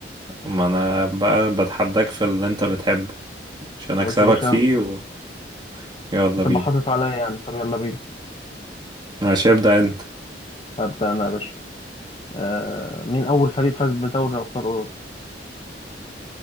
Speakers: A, on the right; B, on the left.
A: ما انا بقى بتحداك في اللي انت بتحبه عشان
B: خلاص
A: اكسبك
B: يا باشا
A: فيه
B: يلا،
A: و... يلا
B: هتبقى
A: بينا
B: حاطط عليا يعني، طب يلا بينا،
A: ماشي ابدأ انت
B: هبدأ أنا يا باشا، آه مين أول فريق فاز بدوري أبطال أوروبا؟